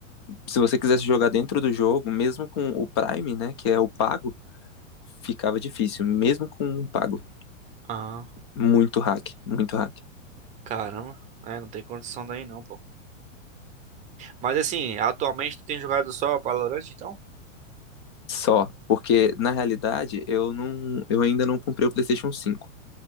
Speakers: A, on the left (about 20°); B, on the right (about 20°).
A: Se você quisesse jogar dentro do jogo, mesmo com o Prime, né? Que é o pago, ficava difícil. Mesmo com o pago.
B: Ah,
A: Muito hack, muito hack.
B: caramba. É, não tem condição daí não, pô. Mas assim, atualmente tu tem jogado só Valorant, então?
A: Só, porque na realidade eu não, eu ainda não comprei o PlayStation 5.